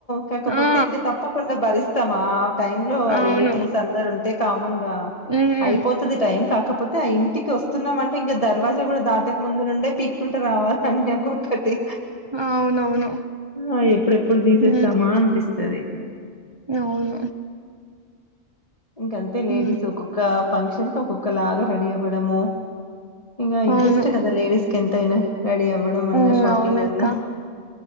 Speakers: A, on the left; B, on the right.
A: కాకపోతే
B: ఆ
A: ఇంకా తప్పకుండా భరిస్ ఉత్తమా టైమ్ లో ఆ
B: అవును
A: రిలేటివ్స్ అందరు ఉం కామన్
B: ఉమ్
A: అయిపోతది. టైం కాక ఆ ఇంటికి వస్తున్నామ అంటే ఇంకా దర్వాజా కూడా దాటక ముందు నుండే పీక్కుంటే రావాల <unintelligible> ఒకటి
B: అవునవును
A: ఆ ఎప్పుడెప్పుడు తీసేస్తామా
B: ఉమ్
A: అనిపిస్తది.
B: అవును
A: ఇంకంతే లేడీస్
B: ఉమ్
A: ఒక్కొక్క ఫంక్షన్ ఇంకా ఒక్కొక్క లాగ రెడి అవ్వాడము. ఇగా ఇంట్రెస్ట్
B: అవును
A: కదా లేడీస్ కెంతైనా రెడీ అవ్వడం అన్నా
B: ఉమ్
A: షాపింగ్
B: అవునక్క
A: అన్నా